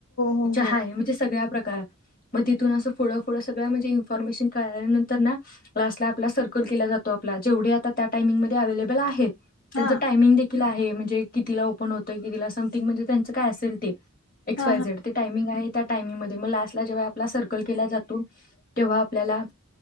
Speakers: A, on the left; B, on the left.
A: हो
B: चहा
A: हो
B: आहे. म्हणजे सगळ्या प्रकार मग तिथून असं फुडं-फुड सगळ म्हणजे. न्फॉर्मेशन कळाल्यानंतर ना क्लास ला आपला सर्कल केला जातो आपला. जेवढे आता त्या टाइमिंगमध्ये अव्हेलेबल आहेत. त्याचा
A: हा
B: टाइमिंग देखील. देखील आहे. म्हणजे कितीला ओपन होत. किती समथिंग म्हणजे त्यांच काय असेल ते. एक्स,
A: हा
B: वाय,
A: हा
B: झेड, ते टाइमिंग आहे. त्या टायमिंग मध्ये मग लॉस्टला जेंव्हा आपला सर्कल केला जातो. तेव्हा आपल्याला